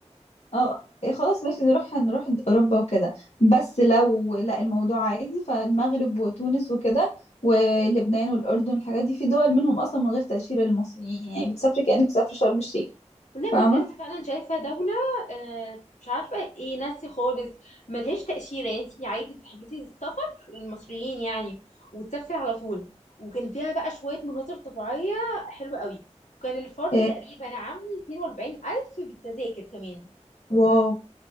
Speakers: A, on the left; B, on the left.
A: اه إيه خلاص ماشي نروح نروح اوروبا وكده بس لو لا الموضوع عادي فالمغرب وتونس وكده ولبنان والاردن الحاجات دي في دول منهم اصلا من غير تاشيره للمصريين يعني بتسافري كانك بتسافري شرم الشيخ
B: والله
A: فاهمه
B: كنت لسه فعلا شايفة دولة آه، مش عارفة ايه ناسي خالص ملهاش تأشيرة يعني انتي عادي بتحجزي السفر للمصريين يعني وتسافري على طول وكان فيها بقى شوية مناظر طبيعية حلوة قوي وكان الفرد
A: إيه
B: تقريبا عامل 42 ألف بالتذاكر كمان
A: واو